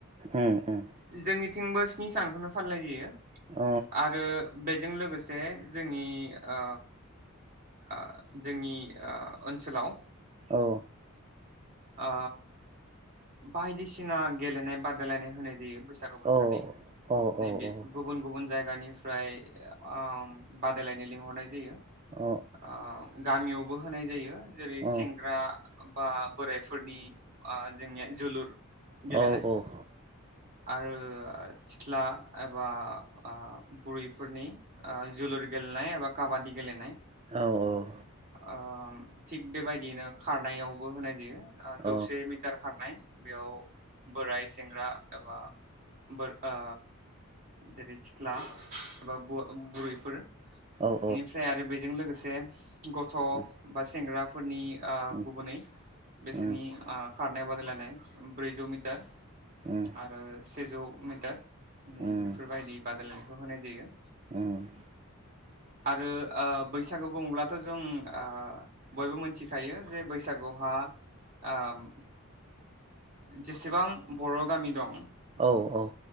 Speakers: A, on the right; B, on the right.
A: उम उम
B: जोंनि थिंबो स्नि सानखौनो फालिनाय जायो।
A: औ
B: आरो बे बेजों लोगोसे जोंनि आ आ जोंनि आ ओनसोलाव
A: औ
B: आ बायदिसिना गेलेनाय बादायलायनाय होनाय जायो। बैसागु बोथोरनि
A: औ औ
B: नैबे
A: औ अ
B: गुबुन गुबुन जा जायगानि फ्राय उम बादायलायनाय लिंहरनाय जायो।
A: अ
B: आ गामियाव बो होनाय जायो। जेरै
A: अ
B: सेंग्रा बा बोराइफोरनि आ जोंनिया जोलुर गेलेनाय
A: औ ओ उम
B: आरो आरो सिख्ला एबा आ बुरैफोरनि आ जुलुर गेलनाय एबा काबादि गेलेनाय
A: औ औ
B: आ थिग बेबायदियैनो खारनायावबो होनाय जायो आ
A: अ
B: जौसे मिटार खारनाय बेयाव बोराय सेंग्रा एबा बो ओ जेरै सिख्ला माबा बु-बुरैफोर बेनिफ्राय
A: औ
B: आरो बेजों लोगोसे दे गथ'
A: औ
B: बा सेंग्रा फोरनि आ
A: उम
B: गुबुनै बिसोरनि
A: उम
B: आ खारनाय बादायलायनाय ब्रैजौ मिटार
A: उम
B: आरो सेजौ टार नै
A: उम
B: बेफोरबायदि बादायलायनाय खौ होनाय जायो।
A: उम
B: आरो ओ बैसागु बुङोब्लाथ' जों ओ बयबो मोनथिखायो जे बैसागुआवहा ओम जेसेबां बर' गामि दं
A: औ औ